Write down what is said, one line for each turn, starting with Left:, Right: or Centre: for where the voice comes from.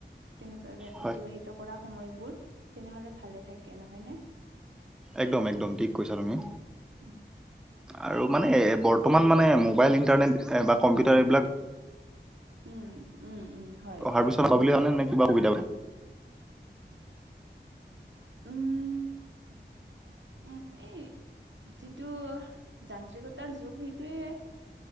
Right: তেনেকুৱাৰে
Centre: হয়,
Right: অতিবাহিত কৰা সময়বোৰ তেনেহলে ভালে থাকে নহয়নে?
Centre: একদম-একদম ঠিক কৈছা তুমি
Right: অ উম
Centre: আৰু মানে বৰ্তমান মানে মোবাইল ইণ্টাৰনেট বা কম্পিউটাৰ এইবিলাক
Right: উম, উম, উম। হয়
Centre: অহাৰ
Right: ঠিক
Centre: পিছত
Right: কৈছে
Centre: হব বুলি <unintelligible> নে কিবা সুবিধা
Right: উম, উ এই যিটো যান্ত্ৰিকতাৰ যুগ সেইটোৱে